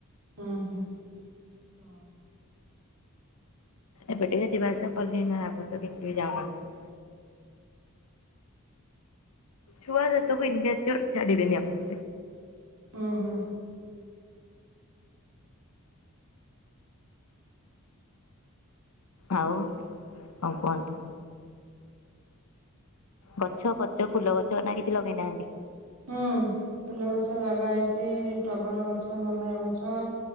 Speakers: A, on the right; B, on the left.
A: ହୁଁ ହୁଁ ହୁଁ
B: ଏବେ ଟିକେ ଯିବା ଆସିବା କଲି ନା ଆଗରୁ ତ କିଛି ବି ଯାଉନଥିଲି। ଛୁଆ ସେତବୁ ଚୋର ଛାଡ଼ିବେନି ଆଉ।
A: ଓହୋ।
B: ଆଉ ଆଉ କୁହନ୍ତୁ। ଗଛ ପଛ ଫୁଲ ଗଛ ନା କିଛି ଲଗେଇନାହାନ୍ତି?
A: ହୁଁ ଫୁଲ ଗଛ ଲଗା ହେଇଛି ଟଗର ଗଛ ମନ୍ଦାର ଗଛ